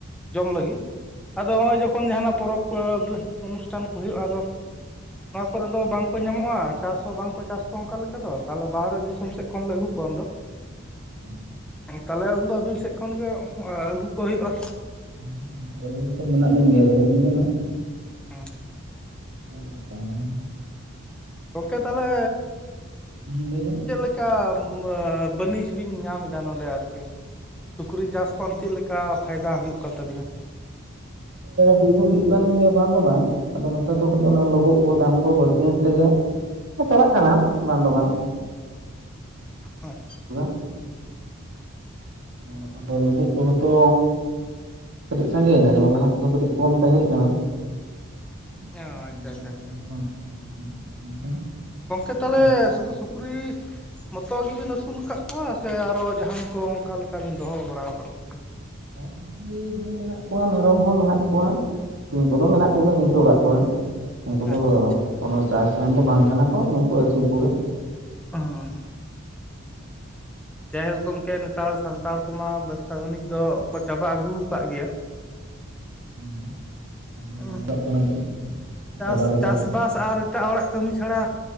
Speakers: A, in the centre; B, on the right.
A: ᱡᱚᱢ ᱞᱟᱹᱜᱤᱫ ᱟᱫᱚ ᱱᱚᱜ-ᱚᱭ ᱡᱚᱠᱷᱚᱱ, ᱡᱚᱠᱷᱚᱱ ᱡᱟᱦᱟᱱᱟᱜ ᱯᱚᱨᱚᱵᱽ ᱠᱚ ᱚᱱᱩᱥᱴᱷᱟᱱ ᱠᱚ ᱦᱩᱭᱩᱜᱼᱟ ᱟᱫᱚ ᱱᱚᱣᱟ ᱠᱚᱨᱮ ᱫᱚ ᱵᱟᱝ, ᱠᱚ ᱧᱟᱢᱚᱜᱼᱟ ᱪᱟᱥ ᱦᱚᱸ ᱵᱟᱝᱠᱚ ᱪᱟᱥ ᱠᱚ ᱚᱱᱠᱟ ᱞᱮᱠᱟ ᱫᱚ ᱛᱟᱦᱚᱞᱮ ᱵᱟᱦᱨᱮ ᱫᱤᱥᱚᱢ ᱥᱮᱫ ᱠᱷᱚᱱᱞᱮ ᱟᱹᱜᱩ ᱠᱚᱣᱟ ᱩᱱᱫᱚ,
B: <unintelligible>
A: ᱛᱟᱦᱚᱞᱮ ᱩᱱᱫᱚ ᱟᱹᱵᱤᱱ ᱥᱮᱫ ᱠᱷᱚᱱ ᱜᱮ ᱟᱹᱜᱩ ᱠᱚ ᱦᱩᱭᱩᱜᱼᱟ,
B: ᱦᱮᱸ ᱦᱮᱸ ᱟᱹᱞᱤᱧ ᱛᱚ ᱢᱮᱱᱟᱜ ᱞᱤᱧ ᱜᱮᱭᱟ ᱞᱟᱹᱭᱟᱞᱤᱧ ᱵᱮᱱ ᱦᱟᱸᱜ᱾
A: ᱦᱮᱸ᱾
B: <inaudible>
A: ᱜᱚᱝᱠᱮ ᱛᱟᱦᱚᱞᱮ
B: ᱦᱮᱸ ᱞᱟᱹᱭ ᱵᱮᱱ
A: ᱪᱮᱫ ᱞᱮᱠ ᱠᱟ ᱵᱟ-ᱵᱟᱹᱱᱤᱡᱽ ᱵᱤᱱ ᱧᱟᱢ ᱮᱫᱟ ᱱᱚᱰᱮ ᱟᱨᱠᱤ? ᱥᱩᱠᱨᱤ ᱪᱟᱥ ᱠᱷᱚᱱ ᱪᱮᱫ ᱞᱮᱠᱟ ᱯᱷᱟᱭᱫᱟ ᱦᱩᱭᱩᱜ ᱠᱟᱱ ᱛᱟᱵᱤᱱᱟ?
B: ᱦᱩᱭ ᱫᱚ ᱦᱳᱭ ᱠᱟᱱ ᱜᱮᱭᱟ ᱵᱟᱝ ᱫᱚ ᱵᱟᱝ᱾ ᱟᱫᱚ ᱱᱮᱛᱟᱨ ᱫᱚ ᱠᱟᱹᱴᱤᱡ ᱚᱱᱟ ᱞᱳᱵᱜ ᱠᱚ ᱫᱟᱢ ᱠᱚ ᱵᱟᱹᱲᱛᱤᱭᱮᱱ ᱛᱮᱜᱮ ᱪᱟᱞᱟᱜ ᱠᱟᱱᱟᱜ ᱵᱟᱝ ᱫᱚ ᱵᱟᱝ᱾
A: ᱦᱳᱭ
B: <unintelligible> ᱱᱮᱛᱟᱨ ᱫᱚ ᱞᱩᱵᱩᱜ ᱠᱚᱦᱚᱸ ᱛᱚ ᱠᱟᱹᱴᱤᱡ ᱥᱟᱸᱜᱮᱭᱱᱟ ᱡᱮᱢᱚᱱ ᱞᱟᱦᱟ ᱛᱮᱫᱚ ᱠᱟᱹᱴᱤᱡ ᱠᱚᱢ ᱛᱟᱦᱮᱸᱜ ᱠᱟᱱᱟ᱾ <inaudible>
A: ᱚ ᱟᱪᱪᱷᱟ ᱟᱪᱪᱷᱟ ᱟᱪᱪᱷᱟ ᱟᱪᱪᱷᱟ ᱜᱚᱝᱠᱮ ᱛᱟᱦᱞᱮ
B: ᱪᱟᱞᱟᱜ
A: ᱥᱩᱫᱩ ᱥᱩᱠᱨᱤ ᱢᱚᱛᱚ ᱜᱮᱵᱤᱱ ᱟᱹᱥᱩᱞ ᱟᱠᱟᱫ ᱠᱚᱣᱟ ᱥᱮ ᱟᱨᱚ ᱡᱟᱦᱟᱱ ᱠᱚ ᱚᱱᱠᱟ ᱞᱮᱠᱟᱵᱤᱱ ᱫᱚᱦᱚ ᱵᱟᱲᱟ ᱴ ᱠᱚᱜᱮᱭᱟ?
B: ᱦᱮᱸ ᱥᱩᱠᱨᱤ ᱦᱚᱸ ᱢᱮᱱᱟᱜ ᱠᱚᱣᱟ ᱢᱮᱨᱚᱢ ᱦᱚᱸ ᱢᱮᱱᱟᱜ ᱠᱚᱣᱟ᱾ ᱥᱤᱢ ᱠᱚᱫᱚ ᱢᱮᱱᱟᱜ ᱠᱚᱜᱮᱭᱟ ᱱᱤᱝᱠᱟᱹ ᱚᱲᱟᱜ ᱠᱚᱨᱮᱱ᱾ ᱩᱱᱠᱩ ᱫᱚ
A: ᱟᱪᱪᱷᱟ
B: ᱠᱳᱱᱳ ᱪᱟᱥ ᱨᱮᱱ ᱫᱚ ᱵᱟᱝ ᱠᱟᱱᱟ ᱠᱚ ᱱᱩᱝᱠᱩ ᱟᱹᱥᱩᱞ ᱠᱚᱜᱮ᱾
A: ᱚᱸ ᱦᱚᱸ᱾ ᱡᱟᱭᱦᱳᱠ ᱜᱚᱢᱠᱮ ᱱᱮᱛᱟᱨ ᱥᱟᱱᱛᱟᱲ ᱠᱚᱢᱟ ᱵᱮᱵᱽᱥᱟ ᱵᱟᱹᱱᱤᱡᱽ ᱫᱚ ᱠᱚ ᱪᱟᱵᱟ ᱟᱹᱜᱩ ᱟᱠᱟᱫ ᱜᱮᱭᱟ᱾
B: <unintelligible>
A: ᱩᱸᱦ᱾
B: <unintelligible>
A: ᱪᱟᱥ
B: ᱪᱟᱵᱟ ᱞᱮᱠᱟᱜᱮ
A: ᱪᱟᱥᱼᱵᱟᱥ ᱟᱨ ᱮᱴᱟᱜ ᱦᱚᱲᱟᱜ ᱠᱟᱹᱢᱤ ᱪᱷᱟᱲᱟ